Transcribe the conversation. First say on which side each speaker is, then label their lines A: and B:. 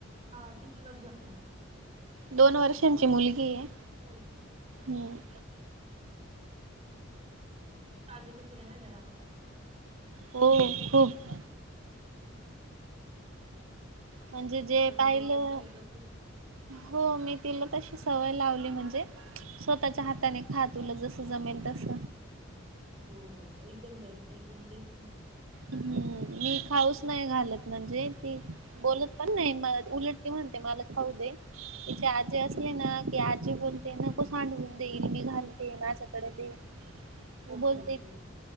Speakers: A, on the right; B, on the right.
A: हा किती वर्षाच आहे?
B: दोन वर्षांची मुलगी आहे.
A: मुलगी.
B: हम्.
A: <inaudible> <inaudible> ताजेत असेल आहे ना घरामध्ये?
B: <inaudible> हो खूप.
A: हम् ह.
B: म्हणजे जे पाहिलं
A: वगैरे करते व्यवस्थित?
B: हो मी तिला तशी सवय लावली म्हणजे स्वतःच्या हाताने
A: हम्म.
B: खात तुला जसं जमेल तस.
A: हो हो एकदम बेस्ट एकदम तेच छान.
B: हम्म मी खाऊस नाही घालत म्हणजे ती
A: हो.
B: बोलत पण नाही ना उलटते म्हणते मला खाऊ दे, तिची आजी
A: हम्म.
B: असली ना की आ जी बोलते नको सांडवून दे हिला मी घालते माझ्याकडे दे. मी
A: ओके
B: बोलते,
A: ओके